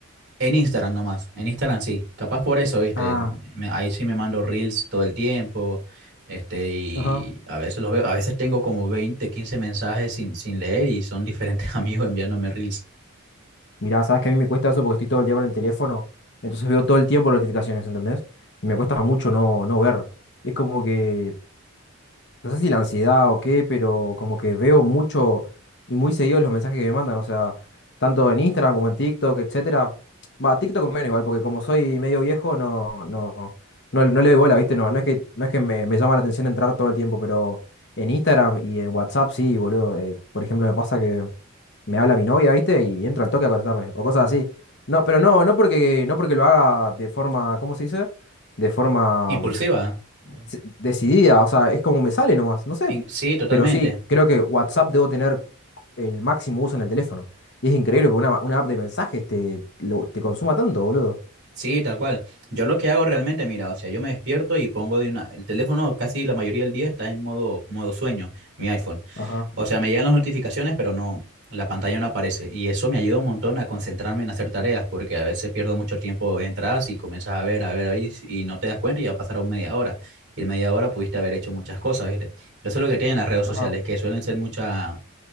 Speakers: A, on the right; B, on the left.
A: En Instagram nomás, en Instagram sí, capaz por eso, viste,
B: Ah,
A: en- me- ahí sí me mando reels todo el tiempo, este, y
B: ajá.
A: a veces los veo, a veces tengo como 20 15 mensajes sin, sin leer y son diferentes <laughs> amigos enviándome reels.
B: Mirá, sabes que a mí me cuesta eso porque estoy todo el día con el teléfono, entonces veo todo el tiempo notificaciones, ¿entendés? Y me cuesta mucho no, no ver. Es como que no sé si la ansiedad o qué, pero como que veo mucho y muy seguido los mensajes que me mandan, o sea, tanto en Instagram como en TikTok, etcétera. Va, TikTok menos igual, porque como soy medio viejo, no, no, no, no le doy bola, ¿viste? No, no es que, no es que me, me llama la atención entrar todo el tiempo, pero en Instagram y en WhatsApp sí, boludo. eh, por ejemplo, me pasa que me habla mi novia, ¿viste? Y entro al toque a contestarle, o cosas así. No, pero no, no porque, no porque lo haga de forma, ¿cómo se dice? De forma
A: Impulsiva.
B: mm,
A: ¿no?
B: se- decidida, o sea, es como me sale nomás, no sé.
A: In- sí, totalmente.
B: Pero sí, creo que WhatsApp debo tener el máximo uso en el teléfono. Y es increíble que una, una app de mensajes te, lo- te consuma tanto, boludo.
A: Sí, tal cual. Yo lo que hago realmente, mira, o sea, yo me despierto y pongo de una, el teléfono casi la mayoría del día está en modo, modo sueño, mi iPhone.
B: Ajá,
A: O sea, me llegan las notificaciones, pero no, la pantalla no aparece. Y eso me ayuda un montón a concentrarme en hacer tareas, porque a veces pierdo mucho tiempo, entras y comienzas a ver, a ver, a ver, y y no te das cuenta y ya pasaron media hora. Y en media hora pudiste haber hecho muchas cosas, ¿viste? Eso es lo que tienen las redes sociales,
B: ajá,
A: que suelen ser mucha,